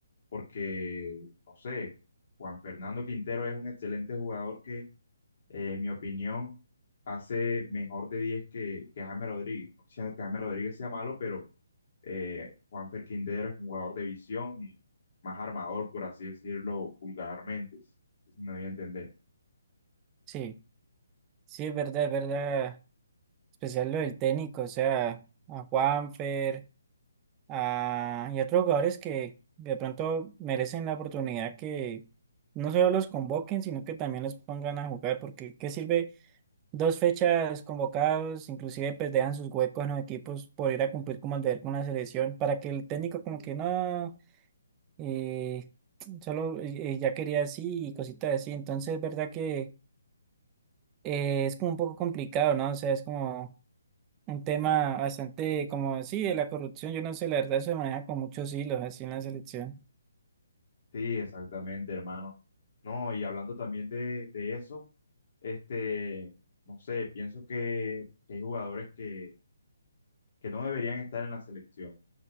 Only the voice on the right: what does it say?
sí, sí, es verdad, es verdad. Especial lo del técnico, o sea, a Juanfer, a, y a otros jugadores que de pronto merecen la oportunidad que no solo los convoquen, sino que también los pongan a jugar, porque ¿qué sirve dos fechas convocados? Inclusive pues dejan sus huecos en los equipos por ir a cumplir como el deber con la selección, para que el técnico como que no. eh, <tsk> solo eh, eh, ya quería así y cositas así. Entonces es verdad que eh, es como un poco complicado, ¿no? O sea, es como un tema bastante como, sí, de la corrupción, yo no sé, la verdad se maneja con muchos hilos así en la selección.